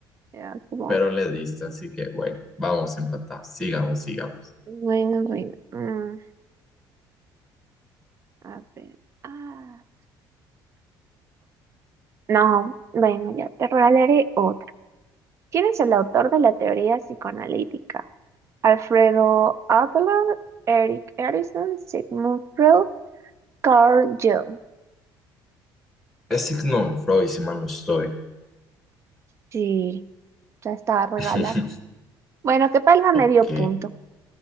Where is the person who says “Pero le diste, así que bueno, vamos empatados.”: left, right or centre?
Centre